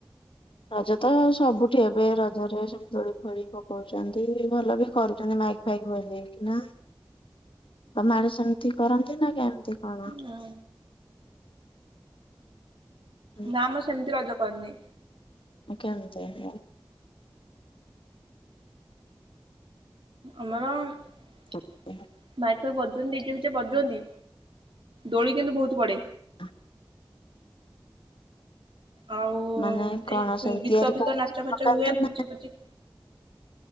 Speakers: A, on the left; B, on the right.
A: ରଜ ତ ସବୁଠି ଏବେ ରଜ ଦୋଳି ଫୋଳି ପକଉଛନ୍ତି, ଭଲ ବି କରୁଛନ୍ତି ମାଇକି ଫାଇକି ବଜେଇକି ନା। ତମ ଆଡେ ସେମିତି କରନ୍ତି ନା କେ ଏମିତି କଣ?
B: ହଁ।
A: ହୁଁ
B: ନା ଆମ ସେମିତି ରଜ କରିନି।
A: ଆଉ କେମିତି ହେଲା?
B: ଆମର ମାଇକ୍
A: ହଁ,
B: ଫାଇକ୍ ବଜେ ସେମିତି ଡିଜେ, ଫିଜେ ବଜୁଅନ୍ତି, ଦୋଳି କିନ୍ତୁ ବୋହୁତ୍ ପଡ଼େ।
A: <inaudible>
B: ଆଉ
A: ମାନେ କଣ
B: ଏଇ
A: ସବୁ
B: ଗୀତ,
A: ତିଆରି
B: ଫିତ
A: କରିକି
B: ନାଚ ଫାଚ
A: ପକାନ୍ତି
B: ହୁଏ, ପୁଚି
A: ନା
B: ଫୁଚୀ